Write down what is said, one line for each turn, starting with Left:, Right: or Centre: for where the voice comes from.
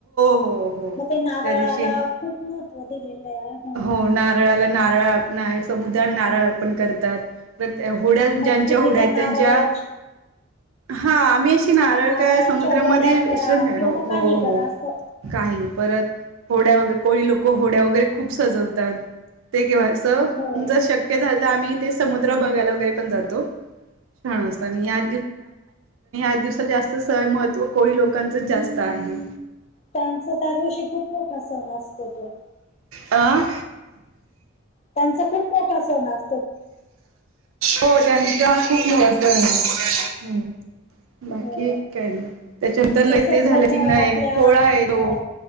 Right: हो हो
Left: मग ते नारळाला
Right: त्या दिवशी
Left: खूप महत्व दिलेलं आहे.
Right: हो नारळाला नारळ अण समुद्रला नारळ अर्पण करतात. होड्या ज्यांच्या
Left: मग तुम्ही
Right: होड्या
Left: त्या
Right: आहेत.
Left: नारळाची
Right: त्यांच्या हा आम्ही कि नारळ
Left: नारळाच्या
Right: काय समुद्रामध्ये
Left: वड्या
Right: विश्र
Left: करा किंवा
Right: हो
Left: मग काही
Right: हो.
Left: करा असं
Right: काही परत होड्या वगैरे कोळी लोक होड्या वगैरे खूप सजवतात. ते जर
Left: हो
Right: शक्य झालं तर आम्ही ते समुद्र बघायला वगैरे पण जातो. छान असतं. <inaudible> आणि ह्या दिवसाला जास्त सवय महत्त्व कोणी लोकांचच जास्त आहे.
Left: त्यांचा त्या दिवशी खूप मोठा सण असतो तो.
Right: आं.
Left: त्यांचा खूप मोठा सोण अस
Right: हो त्यांचा खूप मोठा सण आहे्. बाकी
Left: हो
Right: काय नाय त्याच्यानंतर लय
Left: तसच
Right: ते झालं
Left: बघा
Right: की नाही
Left: आपल्या
Right: पोळा आहे तो.
Left: अ